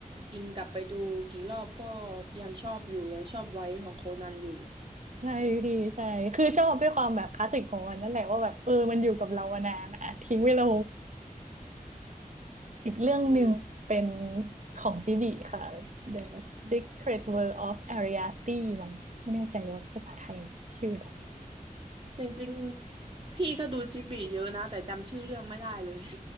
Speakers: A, on the right; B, on the right.
A: จริงกลับไปดูกี่รอบก็ยังชอบอยู่ยังชอบไว้ของโคนันอยู่
B: ใช่พี่ใช่คือชอบด้วยความแบบคลาสสิกของมันนั่นแหละว่าแบบเออมันอยู่กับเรามานานอะทิ้งเวลา อีกเรื่องหนึ่งเป็น
A: อืม
B: ของจิบิค่ะ The
A: อืม
B: Secret World of Ariadne มั้งไม่แน่ใจว่าภาษาไทยชื่ออะไร
A: จริงๆพี่ก็ดูจิบลิเยอะนะแต่จำชื่อเรื่องไม่ได้เลย